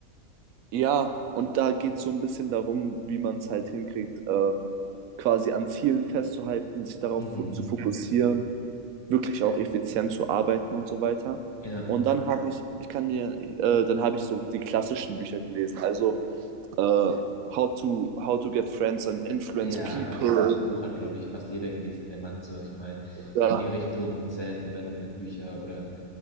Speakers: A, on the right; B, on the left.
A: ja, und da geht es so ein bisschen darum, wie man es halt hinkriegt, äh, quasi an Zielen festzuhalten, sich darauf
B: Mhm.
A: fo
B: mhm.
A: zu fokussieren wirklich auch effizient zu arbeiten und so weiter.
B: Ja.
A: Und dann habe ich, ich kann dir, äh, dann habe ich so die klassischen Bücher gelesen, also äh, How to How to Get Friends and Influence
B: Ja,
A: People.
B: das, das Buch hat, glaube ich, fast jeder gelesen, wenn man, sag ich mal,
A: Ja,
B: in die Richtung Self-Development-Bücher oder